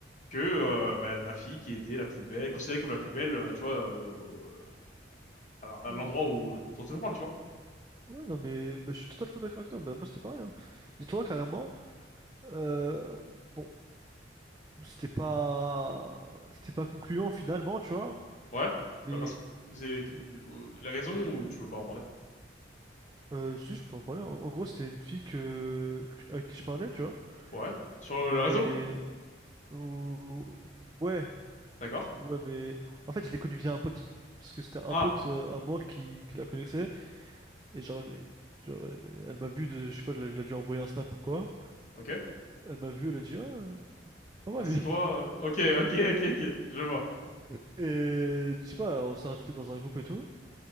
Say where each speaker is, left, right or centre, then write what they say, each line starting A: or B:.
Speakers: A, on the left; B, on the right.
A: que euh, bah, la fille qui était la plus belle, considérée comme la plus belle, euh, tu vois, euh, à la-
B: Ouh,
A: à l'endroit où
B: ouh.
A: dont je parle, tu vois.
B: Ouais, non, mais bah, je suis totalement d'accord avec toi. Bah, moi, c'était pareil. Hein. Dis-toi, carrément, euh, bon, c'était pas... c'était pas concluant finalement, tu vois.
A: Ouais,
B: Mais.
A: bah parce que c'est
B: mais
A: la raison ou tu veux pas en parler?
B: Euh, si, je peux en parler. En, en gros, c'était une fille que, que- à qui je parlais, tu vois.
A: Ouais, sur le
B: Mais.
A: réseau?
B: ou- Ouais,
A: D'accord.
B: ouais, mais. En fait, je l'ai connue via un pote. Parce que c'était un
A: Ah,
B: pote euh, à moi qui, qui la connaissait. Et genre, elle- genre euh, elle m'a vu, de, je sais pas, elle a elle a dû envoyer un snap ou quoi.
A: ok.
B: Elle m'a vu, elle a dit, ah, il est pas mal
A: Ah, c'est
B: lui.
A: toi. euh, Ok, <laughs> ok, ok, ok. Je vois.
B: <laughs> Et je sais pas, on s'est rajouté dans un groupe et tout.